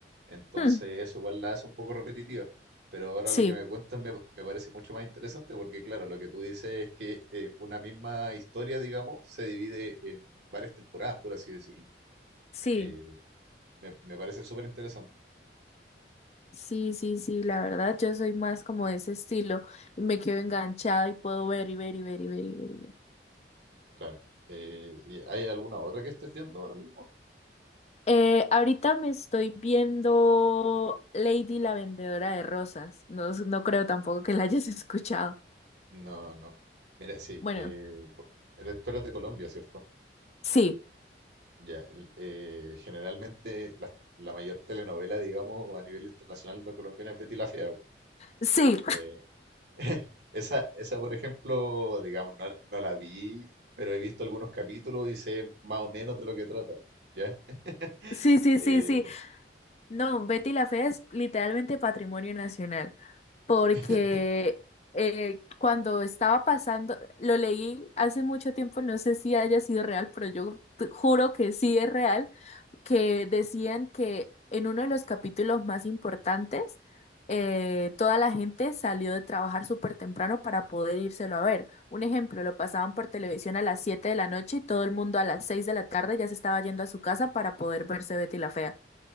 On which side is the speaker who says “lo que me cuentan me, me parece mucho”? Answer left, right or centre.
Right